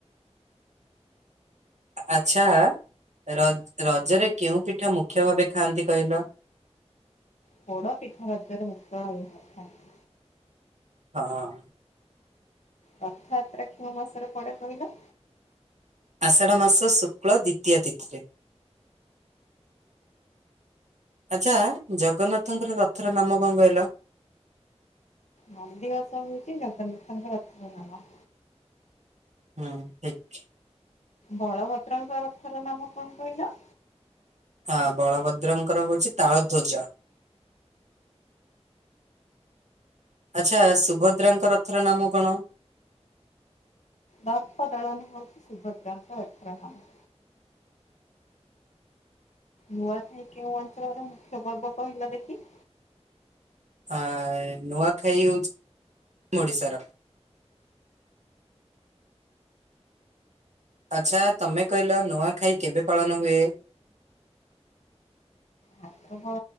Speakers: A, on the right; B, on the left.
A: <inaudible> ଆଚ୍ଛା ରଜ ରଜରେ କେଉଁ ପିଠା ମୁଖ୍ୟ ଭାବେ ଖାଆନ୍ତି କହିଲ?
B: ପୋଡ ପିଠା ରଜ ରେ ମୁଖ୍ୟ ଭାବରେ କରିଥାନ୍ତି।
A: ହଁ
B: ରଥଯାତ୍ରା କେଉଁ ମାସରେ ପଡେ କହିଲ?
A: ଆଷାଢ ମାସ ଶୁକ୍ଳ ଦ୍ୱିତୀୟା ତିଥିରେ। ଆଚ୍ଛା ଜଗନ୍ନାଥଙ୍କର ରଥର ନାମ କଣ କହିଲ?
B: ନନ୍ଦିଘୋଷ ହଉଛି ଜଗନ୍ନାଥଙ୍କର ରଥ ର ନାମ।
A: ହୁଁ ଠିକ୍
B: ବଳଭଦ୍ରଙ୍କର ରଥର ନାମ କଣ କହିଲ?
A: ଆ ବଳଭଦ୍ରଙ୍କର ହଉଛି ତାଳ ଧ୍ୱଜ। ଆଛା ସୁଭଦ୍ରାଙ୍କ ରଥର ନାମ କଣ?
B: ଦର୍ପଦଳଣ ହଉଛି ସୁଭଦ୍ରାଙ୍କ ରଥର ନାାମ ନୂଆଖାଇ କେଉଁ ଅଞ୍ଚଳର ମୁଖ୍ୟ ପର୍ବ କହିଲା ଦେଖି?
A: ଆ ନୁଆଖାଇ ହେଉଛି ଓଡ଼ିଶାର ଆଚ୍ଛା ତମେ କହିଲ ନୂଆଖାଇ କେବେ ପାଳନ ହୁଏ?
B: ଭାତ୍ରବ